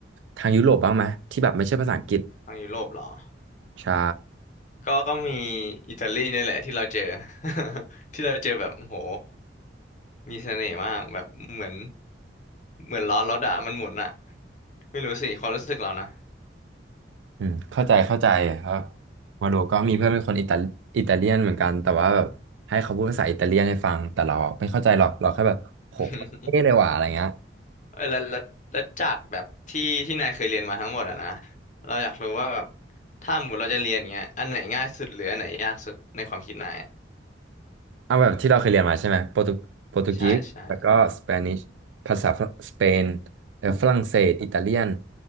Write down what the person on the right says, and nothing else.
ทางยุโรปบ้างไหมที่แบบไม่ใช่ภาษาอังกฤษ
ใช่
อืมเข้าใจเข้าใจครับมาโดก็มีเพื่อนเป็นคนอิตาอิตาเลียนเหมือนกันแต่ว่าแบบให้เขาพูดภาษาอิตาเลียนให้ฟังแต่เราไม่เข้าใจหรอกเราแค่แบบโหโคตรเท่เลยว่ะอะไรเงี้ย
เอาแบบที่เราเคยเรียนมาใช่ไหมโปรตุโปรตุกีสแล้วก็สเปนิชภาษาสเปน
แล้วฝรั่งเศสอิตาเลียน